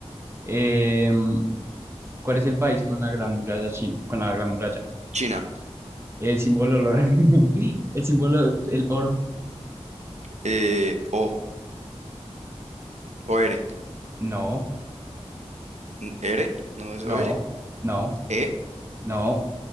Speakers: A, on the right; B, on the right.
A: Em, ¿cuál es el país con la gran muralla china? Con la gran muralla.
B: China.
A: El símbolo del oro. <laughs> El símbolo del oro.
B: Eh, o. O R.
A: No,
B: N- R. No es
A: no,
B: O R.
A: no,
B: E.
A: no.